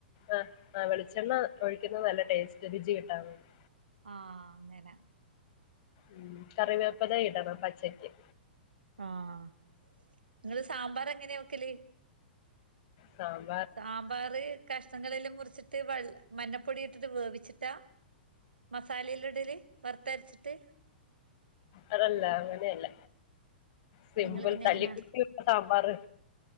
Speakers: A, on the left (about 45°); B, on the right (about 70°).
A: ആഹ് ആഹ് വെളിച്ചെണ്ണ ഒഴിക്കുന്ന നല്ല ടേസ്റ്റാ രുചി കിട്ടാൻവേണ്ടി.
B: ആഹ് അങ്ങന
A: ഉം കറിവേപ്പെല ഇടണം പച്ചക്ക്.
B: ആഹ് ഇങ്ങള് സാമ്പാറെങ്ങനെ വെക്കല്?
A: സാം
B: സാമ്പാറ് കഷ്ണങ്ങളല്ലാം മുറിച്ചിട്ട് വെൾള മഞ്ഞപ്പൊടിയിട്ടിട്ട് വേവിച്ചിട്ടാ? മസാലെയെല്ലു ഇടല് വർത്തര്ച്ചിട്ട്.
A: അതല്ല അങ്ങനെയല്ല. സിമ്പിൾ
B: നിങ്ങള് പിന്നെ
A: തല്ലി
B: എങ്ങനാ
A: ക്കൂട്ടി ഒരു സാമ്പാർ